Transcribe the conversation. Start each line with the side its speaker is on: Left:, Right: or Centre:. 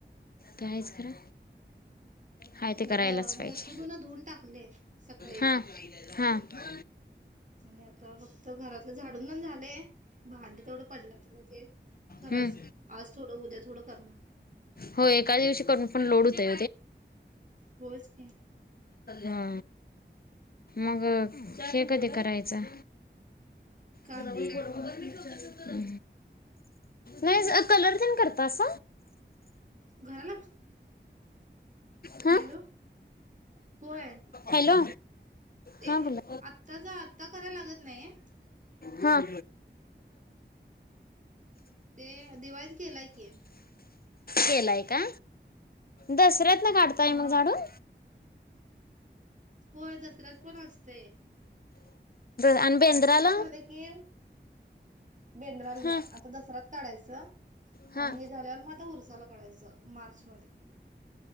Left: ते आहेच खरं हाय
Right: आता
Left: ते करायलाच
Right: द
Left: पाहिजे.
Right: मोठं धुन धुवून टाकले सकाळी
Left: हा हा बा
Right: आणि आता फक्त घरातलं झाडून पण झालंय. भांडी तेवढं पडलं तर आता ते करायचं
Left: हम्
Right: आज थोडं उद्या थोडं करणार
Left: हो एकाच दिवशी करून पण लोड ते
Right: होयच की
Left: हा मग हे कधी करायचं.
Right: काय
Left: जरा वेळ बोलावं की लगेच चालू. नाही कलर न करत अस.
Right: घराला
Left: हा
Right: हॅलो होय
Left: हॅलो
Right: ते
Left: हा बोला,
Right: आत्ताच आत्ता करायला लागत नाही
Left: हा
Right: ते दिवाळीत केलाय. की
Left: केलाय का दसऱ्यात न काढताय
Right: हा
Left: मग झाडूण?
Right: होय दसऱ्यात पण असतेय.
Left: आणि बेंद्राला
Right: आता हे झालं. की बेंदराला नाही.
Left: हा
Right: आता दसराच काढायचं.
Left: हा
Right: आणि हे झाल्यावर मग आता उरसाला काढायचं. मार्च मध्ये